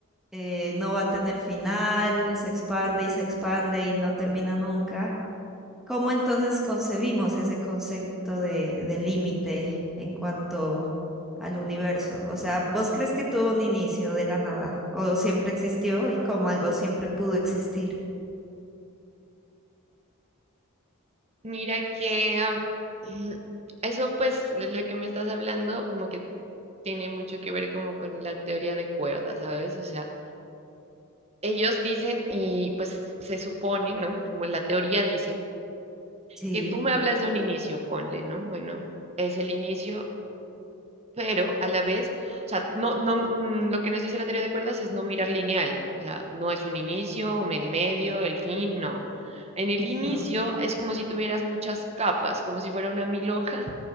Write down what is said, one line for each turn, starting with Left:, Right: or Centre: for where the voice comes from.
Centre: eh, no va a tener final, se expande y se expande y no termina nunca. ¿Cómo entonces concebimos ese concepto de, de límite en cuanto al universo? O sea, ¿vos crees que tuvo un inicio de la nada o siempre existió y como algo siempre pudo existir?
Right: Mira que am, <clears throat> eso pues de lo que me estás hablando como que tiene mucho que ver como con la teoría de cuerdas, ¿sabes? O sea, ellos dicen y pues se supone, ¿no? Como la teoría dice,
Centre: Sí,
Right: que tú me hablas de un inicio, ponle, ¿no? Bueno, es el inicio pero a la vez, o sea, no, no, mm, lo que nos dice la teoría de cuerdas es no mirar lineal, o sea, no es un inicio, el medio, el fin, no. En el
Centre: Ujú.
Right: inicio es como si tuvieras muchas capas, como si fuera una mil hoja.